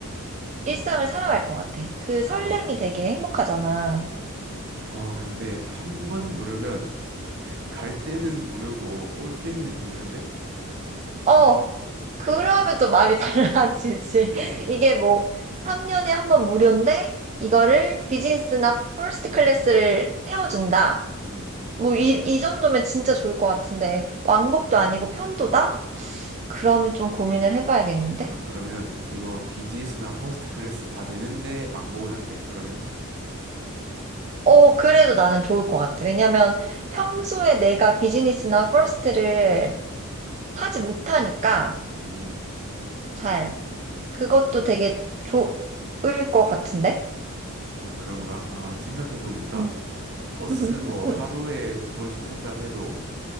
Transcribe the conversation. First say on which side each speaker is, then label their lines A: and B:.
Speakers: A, on the right; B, on the right.
A: 일상을 살아갈 것 같아. 그 설렘이
B: 아,
A: 되게 행복하잖아.
B: 어, 근데 한 번 무료면 갈 때는 무료고 올 때는 유료인데?
A: 어, 그러면 또 말이 <laughs> 달라지지.
B: 혹시,
A: 이게 뭐, 3년에 한 번 무료인데, 이거를 비즈니스나 퍼스트 클래스를 태워준다.
B: 음,
A: 뭐, 이, 이 정도면 진짜 좋을 것 같은데, 왕복도 아니고 편도다? 그러면 좀 고민을 해봐야겠는데?
B: 아 그러면 이거 비즈니스나 퍼스트 클래스 다 되는데 왕복은 안 돼. 그러면?
A: 어, 그래도 나는 좋을 것 같아. 왜냐면 평소에 내가 비즈니스나 퍼스트를 타지 못하니까,
B: 음,
A: 잘. 그것도 되게 좋을 것 같은데?
B: 아 그런가? 아 생각해 보니까
A: 음.
B: 버스
A: <laughs>
B: 뭐 하루에 두 번씩 탄다 해도